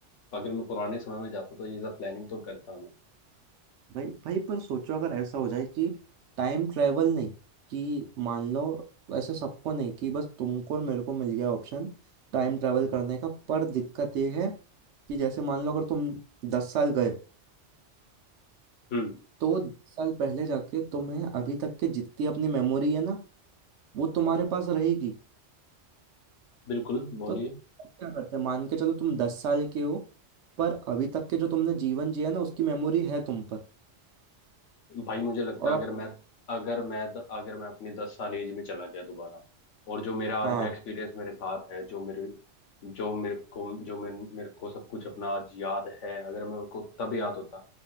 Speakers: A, on the left (about 80°); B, on the right (about 75°).
A: अगर मैं पुराने समय में जाता तो ये सब प्लानिंग तो करता मैं
B: भाई भाई पर सोचो अगर ऐसा हो जाए कि टाइम ट्रेवल नहीं कि मान लो ऐसा सबको नहीं कि बस तुमको और मेरे को मिल गया ऑप्शन टाइम ट्रेवल करने का पर दिक्कत ये है कि जैसे मान लो अगर तुम दस साल गए
A: हम्म
B: तो दस साल पहले जाके तुम्हें अभी तक के जितनी अपनी मेमोरी है ना वो तुम्हारे पास रहेगी
A: बिल्कुल बोलिए
B: तो अब क्या करते हैं मान के चलो तुम दस साल के हो पर अभी तक के जो तुमने जीवन जिया ना उसकी मेमोरी है तुम पर
A: भाई मुझे लगता
B: और
A: है
B: अब
A: अगर मैं अगर मैं अगर मैं अपनी दस साल एज में चला गया दोबारा और जो मेरा आज
B: हाँ
A: का एक्सपीरियंस मेरे साथ है जो मेरे जो मेरे को जो मेरे, मेरे को सब कुछ अपना आज याद है अगर मेरे को तब याद होता